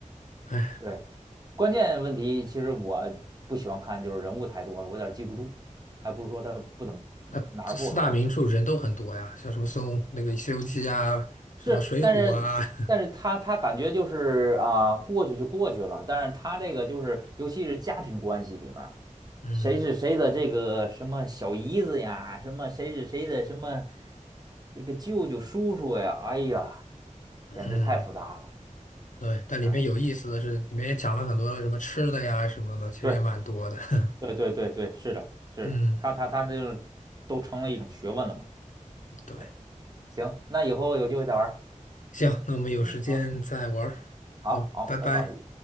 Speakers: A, on the left; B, on the right.
A: 哎，
B: 对，关键问题其实我不喜欢看，就是人物太多了，我有点记不住，还不是说他不怎么不哪儿不好，
A: 那这四大名著人都很多呀，
B: 就
A: 像什么孙悟那个《西游记》啊，什么《水浒》啊，
B: 是但是但是他他感觉就是啊、
A: <laughs>
B: 过去就过去了，但是他这个就是尤其是家庭关系里面。
A: 嗯
B: 谁是谁的这个什么小姨子呀，什么谁是谁的什么这个舅舅叔叔呀，哎呀，
A: 嗯，
B: 简直太复杂了。
A: 对，但里面有意思的是，
B: 对，
A: 里面也讲了很多什么吃的呀什么的，其实也蛮多的，
B: 对
A: <laughs>
B: 对对对对，是的，是的，
A: 嗯，
B: 他他他就是都成了一种学问了嘛。
A: 对，
B: 对，行，那以后有机会再玩儿
A: 行，那我们有时间再玩儿，
B: 嗯，好，
A: 好，
B: 好，好，
A: 拜拜。
B: 拜拜。